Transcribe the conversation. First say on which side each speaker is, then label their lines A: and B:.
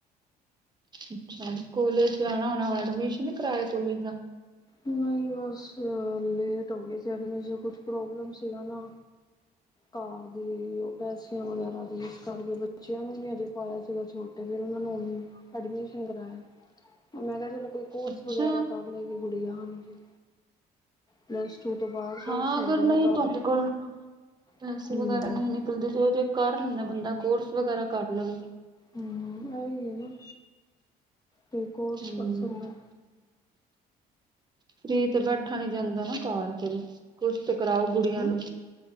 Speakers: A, on the right (about 25°); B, on the left (about 20°).
A: ਅੱਛਾ, ਕੋਲੇਜ ਜਾਣਾ ਹੋਣਾ, ਐਡਮਿਸ਼ਨ ਨੀ ਕਰਾਏਆ ਕੋਲੇਜ ਦਾ?
B: ਨਈ ਬਾੱਸ ਲੇਟ ਹੋ ਗਏ ਸੀ ਐਡਮਿਸਨ, ਕੁੱਛ ਪ੍ਰੋਬਲਮ ਸੀਗਾ ਨਾ। ਘਾਰ ਦੀ, ਓ ਪੈਸੇਆਂ ਵਗੈਰਾ ਦੀ, ਇਸ ਕਾਰਕੇ ਬੱਚੇਆਂ ਨੂੰ ਨੀ ਹਜੇ ਪਾਏਆ ਸੀਗਾ ਛੋਟ ਟੇ ਫੇਰ ਓਨਾ ਨੂੰ ਹੂਨ ਐਡਮਿਸ਼ਨ ਕਰਾਏਆ, ਮੈਂ ਕੇਆ ਚਲੋ ਕੋਈ ਕੋਰਸ
A: ਅੱਛਾ
B: ਵਗੈਰਾ ਕਾਰ ਲੇਗੀ ਗੁੜੀਆਂ, ਹਾਂਜੀ। ਪਲੱਸ ਟੂ ਤੋਂ ਬਾਦ ਕੋਰਸ
A: ਹਾਂ
B: ਹੁੰਦੇ
A: ਅਗਰ ਨਹੀਂ
B: ਨੇ ਕਾਫੀ।
A: ਤੁਹਾਡੇ ਕੋਲ ਪੈਸੇ
B: ਹੂੰ
A: ਵਗੈਰਾ
B: ਹੂੰ।
A: ਨਈ ਨਿਕਲਦੇ ਤੇ ਓ ਤੇ ਕਾਰ ਲੈਂਦੈ ਬੰਦਾ, ਕੋਰਸ ਵਗੈਰਾ ਕਾਰ ਲਵੇ।
B: ਹੂੰ, ਓਈ ਏ ਨਾ। ਤੇ ਕੋਰਸ
A: ਹੂੰ।
B: ਕਾਰ ਸਕਦੈ
A: ਫ੍ਰੀ ਤੇ ਬੈਠਾ ਨੀ ਜਾਂਦਾ ਨਾ ਘਾਰ ਫੇਰ, ਕੁੱਛ ਤੇ ਕਰਾਓ ਗੁੜੀਆਂ
B: ਹੈਂ।
A: ਨੂੰ‌।